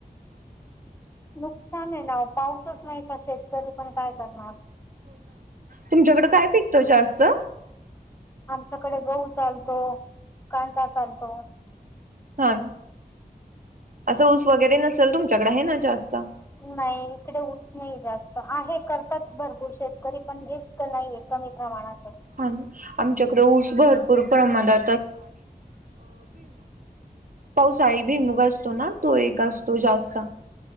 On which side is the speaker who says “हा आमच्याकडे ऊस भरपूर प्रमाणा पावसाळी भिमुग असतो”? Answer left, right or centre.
Right